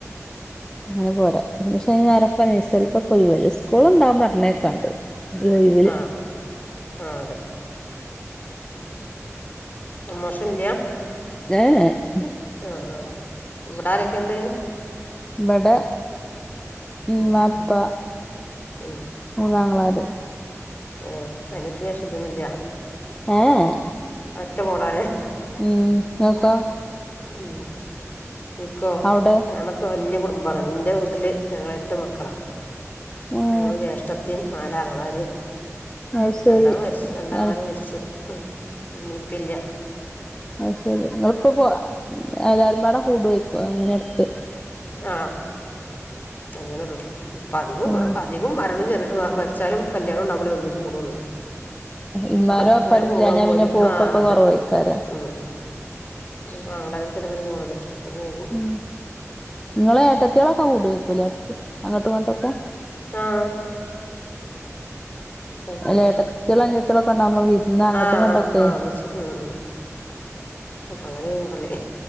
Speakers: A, on the left (about 15°); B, on the left (about 35°).
A: അങ്ങനെ പോരാ പിന്നെക്ഷെ ആരൊക്കെ നഴ്സറിക്കൊക്കെ ഒഴിവല്ലെ സ്കൂൾണ്ടാകും പറഞ്ഞേക്കാണ്ട് ഈ ഒഴിവില്
B: ആഹ്. ആഹ് അതെ പ്രമോഷൻ ഇല്ല.
A: ഏഹ്.
B: ആഹ് ആഹ് ഇവിടെ ആരൊക്കെയുണ്ട്.
A: ഇബടെ ഇമ്മ ഇപ്പ.
B: ഉം.
A: മൂന്നാങ്ങളാര്.
B: ഏ അനിയത്തിയും ജേഷ്ഠത്തി ഒന്നുമില്ല.
A: ഏഹ്.
B: ഒറ്റ മോളാലേ.
A: ഉം ങ്ങക്കൊ.
B: ഉ നിക്കോ
A: അവിടെ
B: ഞാനൊക്കെ. വലിയ കുടുംബമാണ് എൻ്റെ വീട്ടിൽ ഞങ്ങള് എട്ട് മക്കളാ
A: ഉം
B: മൂന്ന് ജ്യേഷ്ഠത്തി. നാല് ആങ്ങളാർ
A: അത് ശരി
B: രണ്ടാൾ മരിച് രണ്ടാങ്ങളാർ
A: ആ
B: മരിച്ചു. മ്മീം ഇപ്പീം ഇല്ല.
A: അ അത്ശരി നിങ്ങളിപ്പോൾ പോ എല്ലാവരുംപാട കൂടുവയ്ക്കും അങ്ങനെ ഇടക്ക്.
B: ആ അങ്ങനെയെള്ളൂ ഇപ്പ അധിക
A: ഉം ആ
B: അധികം മരണം ജന. വച്ചാലും കല്യാണം ഉണ്ടാവുമ്പളേ ഒന്നിച്ച് കൂടുള്ളൂ.
A: ഇമ്മാരും
B: ബാക്കി
A: വാപ്പാരും
B: ഇങ്ങനെ പോവ
A: ഇല്ലാഞ്ഞാ
B: പോര
A: പിന്നെ പോക്കൊക്കെ
B: ആ അതെ
A: കൊറവായിക്കാരം
B: ഉം. പാളകത്തിൽ ഇങ്ങനെ പോണത് അപ്പൊ പോകും.
A: ഉം നിങ്ങളെ ഏട്ടത്തികളൊക്കെ കൂടര്ക്കൂല ഇടക്ക് അങ്ങോട്ടും ഇങ്ങോട്ടൊക്കോ.
B: ആഹ്. കുഴപ്പില്ല
A: അല്ല ഏട്ടത്തികളും അനിയത്തികളൊക്കെ ഉണ്ടാവുമ്പോ വിരുന്ന് അങ്ങോട്ടും
B: ആഹ്
A: ഇങ്ങോട്ടൊക്കെ
B: ആ ആ ഒന്നിച്ച് ഉം. അപ്പൊ അങ്ങനെ ഒരു കൂടല്.